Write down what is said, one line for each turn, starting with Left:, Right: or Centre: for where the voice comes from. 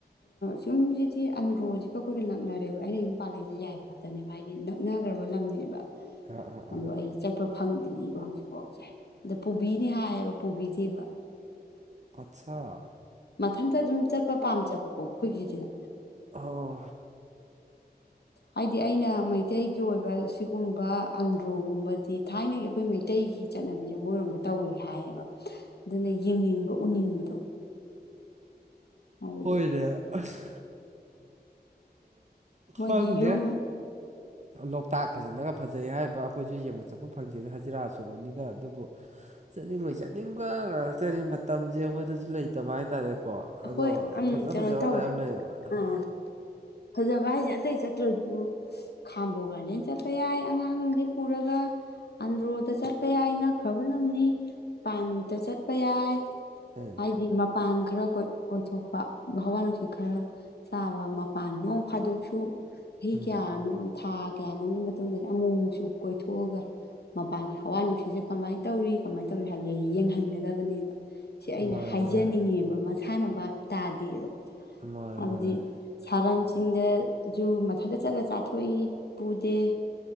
Left: ꯁꯨꯝꯁꯤꯗꯤ ꯑꯟꯗ꯭ꯔꯣꯁꯤꯒ ꯑꯩꯈꯣꯏꯒ ꯅꯛꯅꯔꯦꯕ ꯑꯩꯅ ꯌꯨꯝ ꯄꯥꯜꯂꯛꯏꯁꯦ ꯌꯥꯏꯕꯣ ꯉꯥꯛꯇꯅꯦꯕ ꯍꯥꯏꯗꯤ ꯅꯛꯅꯈ꯭ꯔꯕ ꯂꯝꯅꯦꯕ
Right: ꯑꯥ ꯑꯥ
Left: ꯑꯗꯣ
Right: ꯑꯥ
Left: ꯑꯩ ꯆꯠꯄ ꯐꯪꯗ꯭ꯔꯤꯕꯕ ꯍꯧꯖꯤꯛꯐꯥꯎꯁꯦ ꯑꯗ ꯄꯨꯕꯤꯅꯤ ꯍꯥꯏꯌꯦꯕ ꯄꯨꯕꯤꯗꯦꯕ
Right: ꯑꯠꯆꯥꯥ
Left: ꯃꯊꯟꯇ ꯑꯗꯨꯝ ꯆꯠꯄ ꯄꯥꯝꯖꯕꯀꯣ ꯑꯩꯈꯣꯏꯒꯤꯁꯤꯗ
Right: ꯑꯣ
Left: ꯍꯥꯏꯗꯤ ꯑꯩꯅ ꯃꯩꯇꯩꯒꯤ ꯑꯣꯏꯕ ꯁꯤꯒꯨꯝꯕ ꯑꯟꯗ꯭ꯔꯣꯒꯨꯝꯕꯗꯤ ꯊꯥꯏꯅꯒꯤ ꯑꯩꯈꯣꯏ ꯃꯩꯇꯩꯒꯤ ꯆꯠꯅꯕꯤꯁꯦ ꯃꯣꯏꯔꯣꯝꯗ ꯇꯧꯔꯤ ꯍꯥꯏꯌꯦꯕ ꯑꯗꯨꯅ ꯌꯦꯡꯅꯤꯡꯕ ꯎꯅꯤꯡꯕꯗꯣ ꯑꯗꯨꯗꯤ
Right: ꯍꯣꯏꯔꯦ ꯑꯁ
Left: ꯃꯣꯏꯒꯤ
Right: ꯈꯪꯗ꯭ꯔꯦ
Left: ꯌꯨꯝ
Right: ꯂꯣꯛꯇꯥꯛ ꯐꯖꯅꯒ ꯐꯖꯩ ꯍꯥꯏꯕ ꯑꯩꯈꯣꯏꯁꯨ ꯌꯦꯡꯕ ꯆꯠꯄ ꯐꯪꯗꯦꯗ ꯍꯖꯤꯔꯥ ꯁꯨꯕꯅꯤꯅ ꯑꯗꯨꯕꯨ
Left: <unintelligible>
Right: ꯆꯠꯅꯤꯡꯕꯩ ꯆꯠꯅꯤꯡꯕ ꯉꯥꯛꯇꯅꯤ ꯃꯇꯝꯁꯦ ꯑꯩꯈꯣꯏꯗꯁꯨ ꯂꯩꯇꯕ ꯍꯥꯏꯇꯥꯔꯦꯀꯣ ꯑꯗꯣ
Left: ꯍꯣꯏ ꯎꯝ
Right: ꯐꯖ
Left: ꯀꯩꯅꯣ
Right: ꯐꯖꯕ
Left: ꯇꯧꯋꯦ
Right: ꯃꯌꯥꯝ ꯂꯩꯌꯦꯕ
Left: ꯑꯥ ꯐꯖꯕ ꯍꯥꯏꯁꯦ ꯑꯇꯩ ꯆꯠꯇ꯭ꯔꯗꯨꯕꯨ ꯈꯥꯝꯕꯣ ꯒꯥꯔꯗꯦꯟ ꯆꯠꯄ ꯌꯥꯏ ꯑꯉꯥꯡꯁꯦ ꯄꯨꯔꯒ ꯑꯟꯗ꯭ꯔꯣꯗ ꯆꯠꯄ ꯌꯥꯏꯅ ꯈ꯭ꯔꯕ ꯂꯝꯝꯅꯤ ꯄꯥꯟꯠꯇ ꯆꯠꯄ ꯌꯥꯏ
Right: ꯑꯦ
Left: ꯍꯥꯏꯗꯤ ꯄꯥꯡ ꯈꯔ ꯀꯣꯏꯊꯣꯛꯄ ꯍꯋꯥ ꯅꯨꯡꯁꯤꯠ ꯈꯔ ꯆꯥꯕ ꯃꯄꯥꯟ ꯅꯣꯡ ꯐꯥꯗꯣꯛꯁꯨ ꯆꯍꯤ
Right: ꯎꯝ
Left: ꯀꯌꯥꯅꯣ ꯊꯥ ꯀꯌꯥꯅꯣꯒꯤ ꯃꯇꯨꯡꯗꯗꯤ ꯑꯃꯨꯛ ꯑꯃꯨꯛꯁꯨ ꯀꯣꯏꯊꯣꯛꯑꯒ ꯃꯄꯥꯟꯒꯤ ꯍꯋꯥ ꯅꯨꯡꯁꯤꯠꯁꯦ ꯀꯃꯥꯏꯅ ꯇꯧꯔꯤ ꯀꯃꯥꯏꯅ ꯇꯧꯔꯤ ꯍꯥꯏꯕꯒꯦ ꯑꯩ ꯌꯦꯡꯍꯟꯒꯗꯕꯅꯦꯕ ꯁꯤ ꯑꯩꯅ
Right: ꯃꯥꯅꯤ
Left: ꯍꯥꯏꯖꯅꯤꯡꯉꯦꯕ
Right: ꯃꯥꯅꯤ
Left: ꯃꯁꯦ ꯊꯥꯅꯕ ꯇꯥꯗꯦꯑꯕ
Right: ꯃꯥꯅꯤ
Left: ꯍꯥꯏꯕꯗꯤ
Right: ꯃꯥꯅꯤ
Left: ꯁꯥꯔꯟꯁꯤꯡꯗꯖꯨ ꯃꯊꯟꯛꯇ ꯆꯠꯂ ꯆꯥꯊꯣꯛꯏ ꯄꯨꯗꯦ